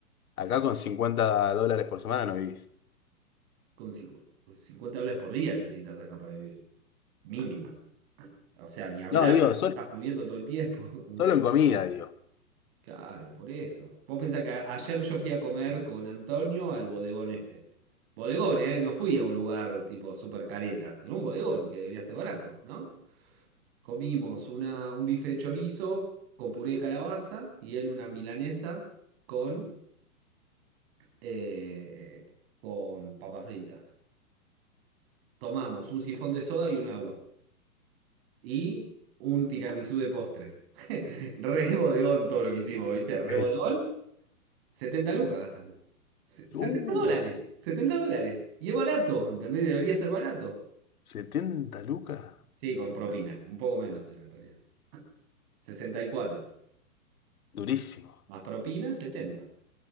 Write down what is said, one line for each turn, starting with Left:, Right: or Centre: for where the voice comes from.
Left: Acá con 50 dólares por semana no vivís.
Right: Con cincu- 50 dólares por día necesitas acá para vivir. Mínimo. O sea, ni hablar,
Left: No, digo, sol-
Right: estás moviendo todo el tiempo. <laughs>
Left: solo, en comida, digo.
Right: Claro, por eso. Vos pensás que a- ayer yo fui a comer con Antonio al bodegón este. Bodegón, ¿eh? No fui a un lugar tipo super careta, sino un bodegón que debería ser barato, ¿no? Comimos una, un bife de chorizo con puré de calabaza y él una milanesa con, eh, con papas fritas. Tomamos un sifón de soda y un agua. Y un tiramisú de postre. <laughs> Re bodegón todo lo que hicimos, ¿viste? Re
Left: Eh,
Right: bodegón. 70 lucas gastamos. Se- 70
Left: uh,
Right: dólares. setenta dólares. Y es barato, ¿entendés? Debería ser barato.
Left: 70 lucas.
Right: Sí, con propina. Un poco menos era en realidad. sesenta y cuatro
Left: Durísimo.
Right: Más propina, setenta